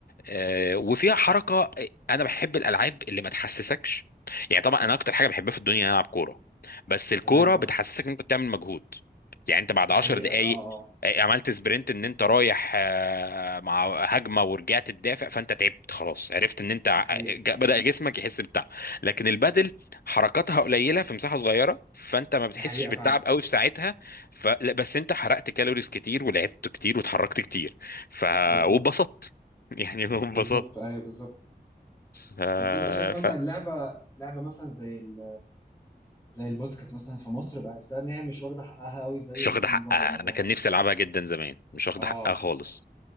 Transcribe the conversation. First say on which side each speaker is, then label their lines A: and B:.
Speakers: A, on the left (about 65°); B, on the left (about 15°).
A: آه، وفيها حركه آه، انا بحب الالعاب اللي ما تحسسكش يعني طبعا انا اكتر حاجه بحبها في الدنيا ان أنا العب كوره بس الكوره
B: تمام أه
A: بتحسسك ان انت بتعمل مجهود يعني انت بعد
B: دي حقيقة
A: 10 دقائق
B: أه أه
A: عملت سبرنت ان انت رايح آه، مع هجمه ورجعت تدافع فانت تعبت خلاص عرفت ان انت ع-
B: دي حقيقة
A: ج- بدأ جسمك يحس بتعب لكن البدل حركاتها قليله في مساحه صغيره فانت ما بتحسش
B: دي حقيقة
A: بالتعب
B: فعلا
A: قوي في ساعتها ف... لا، بس انت حرقت كالوريز كتير ولعبت كتير واتحركت كتير ف
B: بالظبط
A: واتبسطت يعني <laughs> وانبسطت
B: بالظبط أيوه بالظبط
A: ف...
B: بس أنت شايف مثلا
A: ف...
B: لعبة لعبة مثلا زي ال... زي الباسكت مثلا في مصر بحسها إن هي مش واخدة حقها أوي زي
A: مش
B: مثلا
A: واخدة حقها
B: بره مثلا
A: انا كان نفسي العبها جدا زمان مش واخدة
B: أه
A: حقها خالص